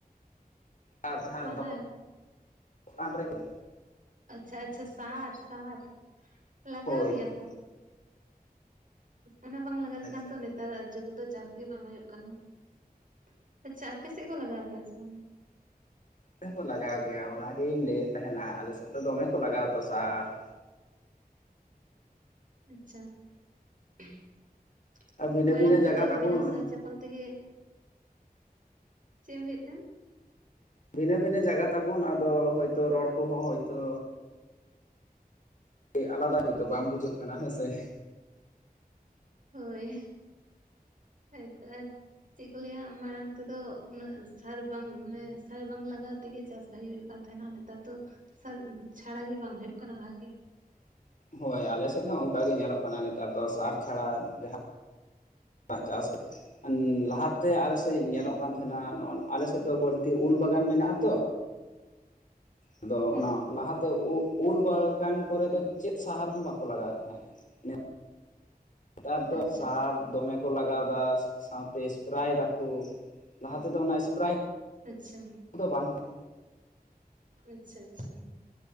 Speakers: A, on the left; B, on the right.
A: ᱟᱨ ᱡᱟᱦᱟᱸ
B: ᱥᱟᱦᱟᱨ
A: ᱫᱚ <inaudible> ᱪᱮᱛᱟᱱ ᱨᱮᱜᱮ
B: ᱟᱪᱪᱷᱟ ᱟᱪᱪᱷᱟ ᱥᱟᱨ ᱥᱟᱨ ᱞᱟᱜᱟᱣ
A: ᱦᱳᱭ
B: ᱜᱮᱭᱟ
A: ᱦᱳᱭ
B: ᱠᱚ᱾ ᱚᱱᱟ ᱵᱟᱝ ᱞᱟᱜᱟᱣ ᱞᱮᱠᱷᱟᱱ
A: ᱟᱪᱪᱷᱟ
B: ᱛᱚ ᱱᱮᱛᱟᱨᱟᱜ ᱡᱩᱜᱽ ᱫᱚ ᱪᱟᱥ ᱜᱮ ᱵᱟᱝ ᱦᱩᱭᱩᱜ ᱠᱟᱱᱟ ᱾ ᱟᱪᱪᱷᱟ, ᱟᱯᱮ ᱥᱮᱫ ᱠᱚ ᱞᱟᱜᱟᱣ ᱜᱮᱭᱟ ᱥᱮ ᱵᱟᱝ?
A: ᱛᱮ ᱦᱚᱸᱠᱚ ᱞᱟᱜᱟᱣ ᱜᱮᱭᱟ ᱚᱱᱟᱜᱤᱧ ᱞᱟᱹᱭᱮᱫ ᱛᱟᱦᱮᱱᱟ ᱟᱞᱮ ᱥᱮᱫ ᱫᱚ ᱫᱚᱢᱮ ᱠᱚ ᱞᱟᱜᱟ ᱟ ᱛᱚ ᱥᱟᱨ ᱾
B: ᱟᱪᱪᱷᱟ <inaudible>
A: ᱵᱷᱤᱱᱟᱹ
B: ᱢᱟᱲᱟᱝ
A: ᱵᱷᱤᱱᱟᱹ
B: ᱛᱮᱫᱚ
A: ᱡᱟᱭᱜᱟ ᱛᱟᱵᱚᱱ
B: ᱵᱤᱱᱟᱹ ᱥᱟᱨ ᱚᱞ ᱛᱮᱜᱮ <inaudible> ᱪᱮᱫ ᱮᱢ ᱞᱟᱹᱭᱫᱟ?
A: ᱵᱷᱤᱱᱟᱹ ᱵᱷᱤᱱᱟᱹ ᱡᱟᱜᱟ ᱛᱟᱵᱚᱱ ᱟᱫᱚ ᱦᱚᱭᱛᱚ ᱨᱚᱲ ᱠᱚᱦᱚᱸ ᱦᱭᱛᱚ ᱟᱞᱟᱫᱟ ᱦᱳᱭᱛᱳ ᱵᱟᱝ ᱵᱩᱡᱷᱟᱹᱜ ᱠᱟᱱᱟ ᱦᱮᱸ ᱥᱮ ᱾
B: ᱦᱳᱭ, ᱦᱳᱭ ᱛᱚ ᱪᱮᱫ ᱠᱚ ᱞᱟᱹᱭᱟ ᱢᱟᱲᱟᱝ ᱛᱮᱫᱚ ᱩᱱᱟᱹᱜ ᱥᱟᱨ ᱵᱟᱝ ᱢᱟᱱᱮ ᱥᱟᱨ ᱵᱟᱝ ᱞᱟᱜᱟᱣ ᱛᱮᱜᱮ ᱪᱟᱥ ᱵᱷᱟᱜᱤ ᱦᱩᱭᱩᱜ ᱠᱟᱱ ᱛᱟᱦᱮᱱᱟ ᱱᱮᱛᱟᱨ ᱫᱚ ᱥᱟᱨ ᱪᱷᱟᱲᱟ ᱜᱮ ᱵᱟᱝ ᱦᱩᱭᱩᱜ ᱠᱟᱱᱟ ᱵᱷᱟᱜᱮ᱾
A: ᱦᱳᱭ ᱟᱞᱮ ᱥᱮᱫ ᱦᱚᱸ ᱚᱱᱠᱟᱟᱜ ᱜᱮ ᱧᱮᱞᱚᱜ ᱠᱟᱱᱟ ᱱᱮᱛᱟᱨ ᱫᱚ ᱥᱟᱨ ᱪᱷᱟᱲᱟ ᱡᱟᱦᱟᱸ ᱪᱟᱥ ᱞᱟᱦᱟ ᱱᱛᱮ ᱟᱞᱮᱥᱮᱫ
B: ᱦᱩᱸ
A: ᱧᱮᱞᱚᱜ ᱠᱟᱱ ᱛᱟᱦᱮᱱᱟ ᱱᱚ ᱟᱞᱮᱥᱮᱫ ᱫᱚ ᱵᱟᱹᱲᱛᱤ ᱩᱞ ᱵᱟᱜᱟᱱ ᱢᱮᱱᱟᱜ ᱟ ᱛᱚ ᱾ ᱟᱫᱚ
B: ᱦᱩᱸ
A: ᱚᱱᱟ ᱞᱟᱦᱟᱛᱮ ᱩᱞ ᱵᱟᱜᱟᱱ ᱠᱚᱨᱮᱫᱚ ᱪᱮᱫ ᱥᱟᱦᱟᱨ ᱦᱚᱸ ᱵᱟᱠᱚ ᱞᱟᱜᱟᱣᱮᱫ ᱛᱟᱦᱮᱸᱫ ᱾ ᱱᱮᱛᱟᱨ ᱛᱚ
B: ᱟᱪᱪᱷᱟ
A: ᱥᱟᱨ ᱫᱚᱢᱮ, ᱞᱟᱜᱟᱣ ᱫᱟ ᱥᱟᱶᱛᱮ ᱥᱯᱨᱮᱭ ᱫᱟᱠᱚ ᱞᱟᱦᱟ ᱛᱮᱫᱚ ᱚᱱᱟ ᱥᱯᱨᱟᱭ,
B: ᱟᱪᱪᱷᱟ ᱾
A: ᱫᱚ ᱵᱟᱝ ᱛᱟᱦᱮᱸ ᱾
B: ᱟᱪᱪᱷᱟ ᱟᱪᱪᱷᱟ